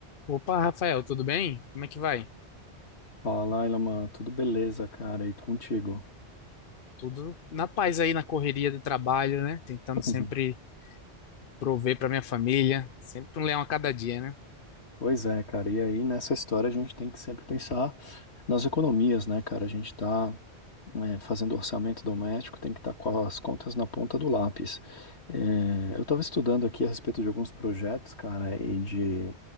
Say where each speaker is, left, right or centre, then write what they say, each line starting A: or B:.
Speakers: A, on the left; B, on the left.
A: Opa, Rafael, tudo bem? Como é que vai?
B: Fala, Ilaman, tudo beleza, cara? E contigo?
A: Tudo na paz aí, na correria do trabalho, né? Tentando sempre
B: Uhum.
A: prover para minha família, sempre um leão a cada dia, né?
B: Pois é, cara. E aí, nessa história, a gente tem que sempre pensar nas economias, né, cara? A gente está fazendo orçamento doméstico, tem que estar com as contas na ponta do lápis. É, eu estava estudando aqui a respeito de alguns projetos, cara, e de